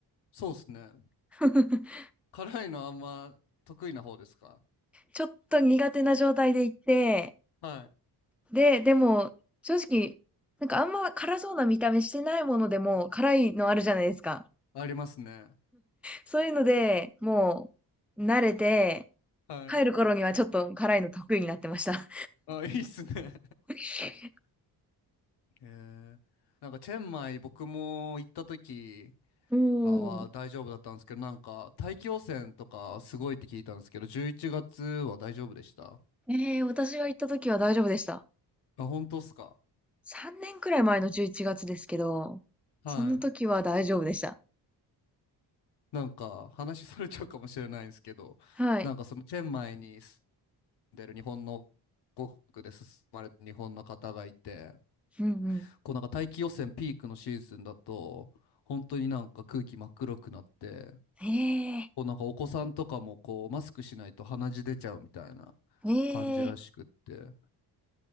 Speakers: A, on the left; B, in the centre.
A: そうっすね。
B: <laughs>
A: 辛いのあんま得意な方ですか
B: ちょっと苦手な状態で行って、
A: はい。
B: で、でも、正直、なんかあんま辛そうな見た目してないものでも辛いのあるじゃないですか。
A: ありますね。
B: そういうので、もう、慣れて、
A: はい。
B: 帰る頃にはちょっと辛いの得意になってました。
A: あ、いいっすね。
B: <laughs>
A: へえ。なんか、チェンマイ僕も行った時
B: うー
A: は大丈夫だったんですけど、
B: ん。
A: なんか、大気汚染とかすごいって聞いたんですけど、11月は大丈夫でした
B: ええ、私が行った時は大丈夫でした。
A: あ、本当っすか
B: 3年くらい前の11月ですけど、
A: はい。
B: その時は大丈夫でした。
A: なんか話それちゃうかもしれないんですけど、
B: はい。
A: なんかそのチェンマイに住んでる日本の国で進まれた日本の方がいて、
B: うんうん。
A: こうなんか大気汚染ピークのシーズンだと、本当になんか空気真っ黒くなって、
B: ええ、
A: こうなんかお子さんとかもこうマスクしないと鼻血出ちゃうみたいな
B: ええ、
A: 感じらしくって、